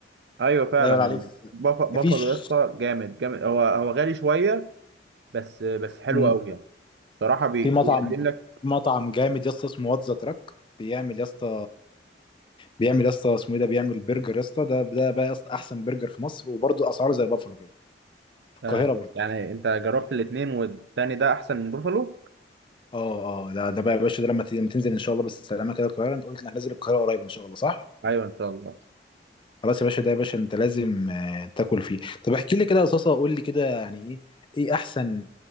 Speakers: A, on the right; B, on the left.
A: ايوه فعلا
B: لا يعلى عليه في
A: بف- بافالو
B: مفيش
A: يا اسطى جامد جامد هو هو غالي شويه بس بس حلو
B: مم.
A: قوي يعني صراحه بي-
B: في مطعم
A: بيقدم لك
B: مطعم جامد يا اسطى اسمه واتزا تراك بيعمل يا اسطى بيعمل يا اسطى اسمه ايه ده بيعمل برجر يا اسطى ده ده بقى يا اسطى احسن برجر في مصر وبرضه اسعاره زي بافلو كده في القاهره
A: آه،
B: برضه
A: يعني انت جربت الاثنين والتاني ده احسن من بافالو
B: اه اه ده ده بقى يا باشا ده لما ت- لما تنزل ان شاء الله بالسلامه كده القاهره انت قلت انك نازل القاهره قريب ان شاء الله صح
A: ايوه ان شاء الله
B: خلاص يا باشا ده يا باشا انت لازم آه، تاكل فيه طب احكي لي كده يا صاصه قول لي كده يعني ايه ايه احسن